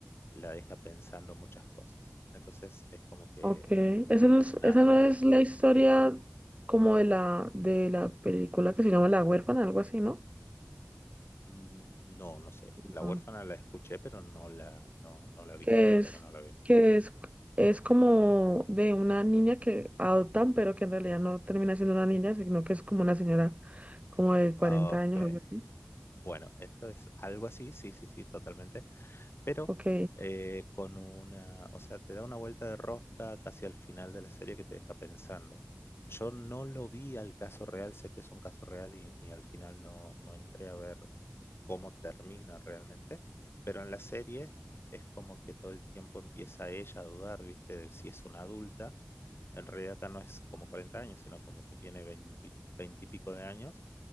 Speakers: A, on the left (about 55°); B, on the right (about 25°).
A: la deja pensando muchas cosas. Entonces es como que,
B: ok. Esa no es,
A: nada,
B: esa no es la historia como de la, de la película que se llama La huérfana, algo así, ¿no?
A: mm, no, no sé. La
B: No.
A: huérfana la escuché, pero no la, no, no la vi,
B: Que
A: la verdad
B: es,
A: que no la vi.
B: que es, es como de una niña que adoptan, pero que en realidad no termina siendo una niña, sino que es como una señora como de
A: Ok,
B: 40 años, algo así.
A: bueno, esto es algo así, sí, sí, sí, totalmente. pero
B: Ok,
A: eh, con una, o sea, te da una vuelta de rosca casi al final de la serie que te deja pensando. Yo no lo vi al caso real, sé que es un caso real y, y al final no, no entré a ver cómo termina realmente, pero en la serie es como que todo el tiempo empieza ella a dudar, ¿viste? De si es una adulta. En realidad acá no es como 40 años, sino como que tiene 20 20 y pico de años,